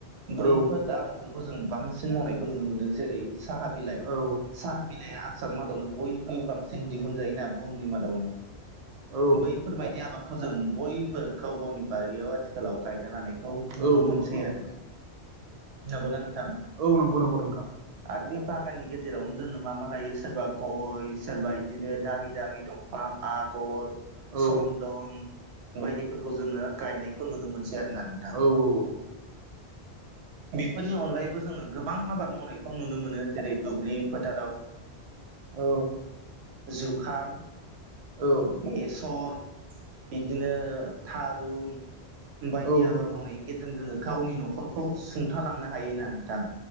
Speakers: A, on the right; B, on the right.
A: बैफोद
B: औ
A: आबाद फोरखौ जों बांसिन मावनायखौ नुनो मोनदों जेरै साहा बिलाइ।
B: औ
A: साहा बिनाया आसामनि मादावनो बयनिख्रुइबो बांसिन दिहुनजायोना बुहुमनि मादावनो।
B: औ
A: बैफोरबायदि आबादखौ जों बयबो गाव गावनि बारियाव आथिखालाव गायना लानाय खौ नुनो
B: औ
A: मोनसै
B: नंगौ नंगौ नोंथां
A: आरो। नोंगौना नोंथां?
B: औ नंगौ नंगौ नोंथां।
A: आरो बे बागाननि गेजेरावनो जोङो मा मा गायो सोरबा गय सोरबाय दिनो दामि दामि दंफां आगर,
B: औ
A: चन्दन बायदिफोरखौ जोङो गायनायखौ नुनो मोनसै आरो ना नोंथां।
B: औ औ
A: बेफोरनि अनगायैबो जोङो गोबां आबाद मावनायखौ नुनो मोनो जेरै दुब्लि फोथाराव
B: औ
A: जुखाम
B: औ
A: बेसर बिदिनो थारुन बायदि
B: औ नंगौ
A: आबाद
B: नंगौ
A: मावनायनि गेजेन जोङो गावनि न'खरखौ सुंथालांनो हायो ना नों थां